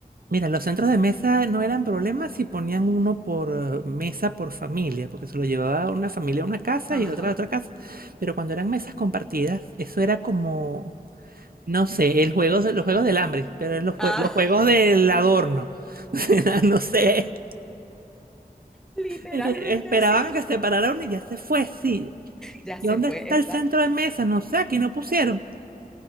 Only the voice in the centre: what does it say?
Ajá.
ah
Literalmente
así.
Ya
se
fue,
exacto.